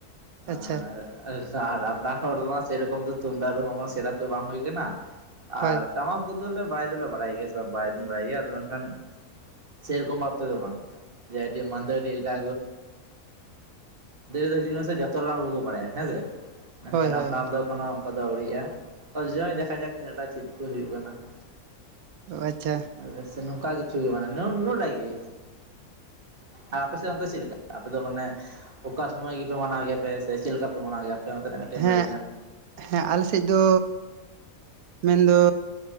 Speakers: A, on the right; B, on the right.
A: ᱟᱨ
B: ᱟᱪᱪᱷᱟ
A: ᱟᱨ ᱟᱯᱱᱟᱨ ᱦᱚᱲ ᱫᱚ ᱢᱟ ᱥᱮᱨᱚᱠᱚᱢ ᱛᱩᱢᱫᱟᱜ ᱨᱩᱦ ᱢᱟ ᱥᱮᱲᱟᱠᱚ ᱵᱟᱝ ᱦᱩᱭ ᱠᱟᱱᱟ
B: ᱦᱳᱭ
A: ᱟᱨ ᱴᱟᱢᱟᱠ ᱠᱚᱫᱚ ᱞᱮ ᱵᱟᱲᱟᱭ ᱫᱞᱮ ᱵᱟᱲᱟᱭ ᱵᱟᱲᱟᱭ ᱜᱮᱭᱟ ᱟᱫᱚ ᱢᱮᱱᱠᱷᱟᱱ ᱥᱮ ᱨᱚᱠᱚᱢ ᱵᱷᱟᱵ ᱛᱮ ᱫᱚ ᱵᱟᱝ ᱾ <unintelligible> ᱟᱫᱚ ᱢᱟᱹᱫᱟᱹᱲᱤᱭᱟᱹ ᱨᱮ ᱡᱚᱛᱚ ᱨᱚᱠᱚᱢ ᱨᱩ ᱠᱚ ᱵᱟᱲᱟᱭᱟ ᱦᱮᱸᱥ ᱢᱮᱱᱠᱷᱟᱱ
B: ᱦᱳᱭ ᱦᱳᱭ
A: ᱟᱯᱱᱟᱨ ᱫᱚ ᱚᱱᱠᱟ ᱫᱚ ᱟᱹᱨᱤᱟᱜᱼᱟ ᱛᱚ ᱡᱟᱭ ᱫᱮᱠᱷᱟ ᱡᱟᱠ ᱛᱤᱱᱟᱹᱜᱴᱟ ᱪᱮᱫ ᱠᱚ ᱦᱩᱭᱩᱜ ᱠᱟᱱᱟ ᱾
B: ᱚ ᱟᱪᱪᱷᱟ
A: ᱟᱞᱮ ᱥᱮᱫ ᱱᱚᱝᱠᱟ ᱠᱤᱪᱷᱩ ᱜᱮ ᱢᱟᱱᱮ ᱱᱩᱱᱟᱜ ᱴᱟ ᱜᱮ ᱟ ᱟᱯᱮ ᱥᱮᱫ ᱚᱱᱛᱮ ᱫᱚ ᱪᱮᱫᱠᱟ ᱟᱯᱮ ᱫᱚ ᱢᱟᱱᱮ ᱚᱠᱟ ᱥᱚᱢᱳᱚᱭ ᱜᱮᱯᱮ ᱢᱟᱱᱟᱣ ᱜᱮᱭᱟ ᱯᱮ ᱥᱮ ᱪᱮᱫ ᱞᱮᱠᱟ ᱯᱮ ᱢᱟᱱᱟᱣ ᱜᱮᱭᱟ? ᱱᱚᱣᱟ ᱠᱚᱨᱮᱱᱟᱜ ᱠᱟᱴᱤᱡ ᱮᱢ
B: ᱦᱮᱸ
A: ᱞᱟᱹᱭ ᱞᱮᱠᱷᱟᱱ
B: ᱦᱮᱸ ᱟᱞᱮ ᱥᱮᱫ ᱫᱚ ᱢᱮᱱ ᱫᱚ